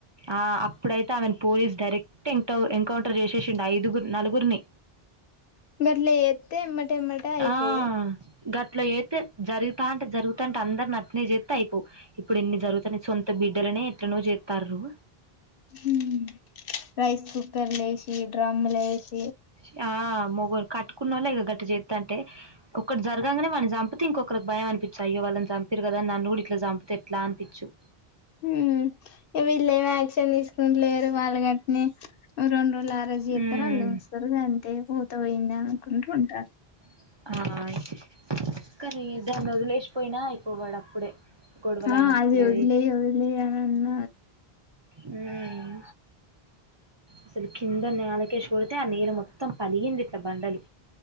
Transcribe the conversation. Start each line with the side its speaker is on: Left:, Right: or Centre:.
Right: ఆహ్ అప్పుడైతే ఆమెను పోలీస్ డైరెక్ట్ ఎన్కౌంటర్ జేషేషిండు ఐదుగుర్ నలుగురిని
Left: గట్లే ఎత్తే ఎమ్మట ఎమ్మట అయిపోవు
Right: ఆ! గట్ల ఎత్తే జరుగుతంటే జరుగుతంటే అందరు నాట్నే జెత్తే ఇపోవ్ ఇప్పుడు ఇన్ని జరుగుతనే సొంత బిడ్డలనే ఎట్లనో జెత్తారు
Left: ఉమ్ హు రైస్ కుక్కర్ ఏసి డ్రమ్ ఏసి
Right: యా మొగుళ్ కట్టుకునోలే ఇగ గట్ట జెత్తంటే ఒకటి జర్గంగానే వన్నీ సంపుతే ఇంకొక భయం అనిపించు అయో వాళ్ళని చంపిరు కదా నన్ను గూడా ఇట్లా చంపితే ఎట్లా అనిపించు
Left: ఉమ్ ఇగ వీల్ ఏం యాక్షన్ తీసుకుంట్ లేరు వాల్ గట్ట్నే రెండు లారాజీ
Right: హ్మ్.
Left: జెత్తరు అల్లుంచుతారు గంతే పూత పోయింది అని అనుకుంటరు ఉంటారు
Right: అయ్ కాని దాన్ని వదిలేసిపోయినా అయిపో వాడ్ అప్పుడే గొడవలైనప్పుడే.
Left: ఆహ్ అది వదిలే వదిలే అని అన్న
Right: ఉమ్ అసలు కింద నేలకేసి కోడితే ఆ నీళ్ళ మొత్తం పలిగింది ఇట్లా బండలు